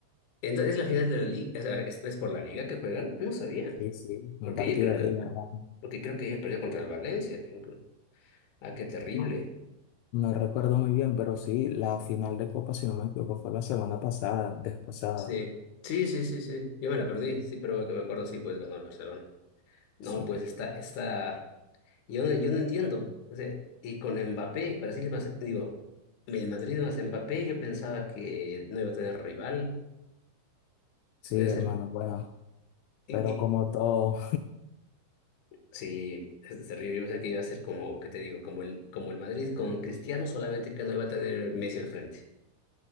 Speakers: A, on the left (about 60°); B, on the left (about 85°).
A: Entonces la final de la liga, o sea, ¿es, es por la liga que juegan? No sabía,
B: Sí, sí, un
A: porque
B: partido
A: ayer creo
B: de
A: que,
B: Liga, ¿verdad?
A: porque creo que ayer perdió contra el Valencia. inclu- Ah, qué terrible.
B: No, no recuerdo muy bien, pero sí, la final de Copa, si no me equivoco, fue la semana pasada, antes pasada.
A: Sí, sí, sí, sí, sí. Yo me la perdí, sí, pero que me acuerdo, sí, pues ganó el Barcelona. No,
B: Sí,
A: pues está, está, yo, no- yo no entiendo. O sea, y con Mbappé, Brasil más, digo, el Madrid más Mbappé, yo pensaba que no iba a tener rival.
B: sí,
A: Iba a
B: hermano,
A: ser-
B: bueno,
A: y,
B: pero como todo,
A: Sí, es- terrible. Yo pensé que iba a ser como, ¿qué te digo? Como el, como el Madrid con Cristiano, solamente que no iba a tener Messi al frente.